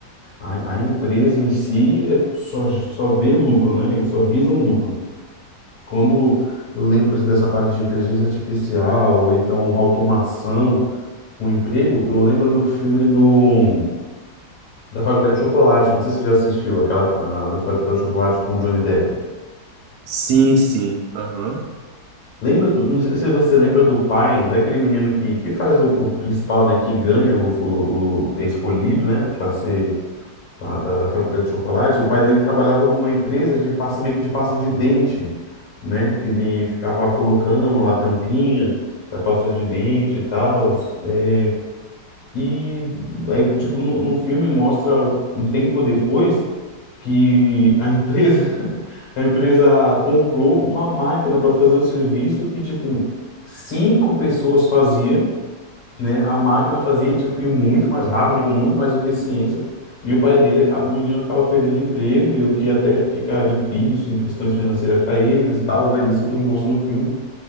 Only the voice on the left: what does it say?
A, a empresa em si é só, só vê lucro, né? Eles só visam lucro. Quando eu lembro assim, dessa parte de inteligência artificial, ou então automação com emprego, eu lembro do filme do, da Fábrica de Chocolate. Não sei se você já assistiu aquela ah, da Fábrica de Chocolate com o Johnny Depp.
Lembra, do- não sei se você lembra do pai daquele menino que, que faz o, o principal, né? Que ganha o, o, o- é escolhido, né? Para ser da, da, da fábrica de chocolate. O pai dele trabalhava numa empresa de pasta, meio que de pasta de dente, né? Que ele ficava colocando a tampinha da pasta de dente e tal. É, e aí, tipo, no, no filme mostra um tempo depois que a empresa, <laughs> a empresa comprou uma máquina para fazer o serviço que, tipo, cinco pessoas faziam né? A máquina fazia tipo ir muito mais rápido, com muito mais eficiência. E o pai dele acaba, o menino acaba perdendo emprego e o que até fica difícil em questões financeiras para eles e tal, né? Isso tudo mostra no filme.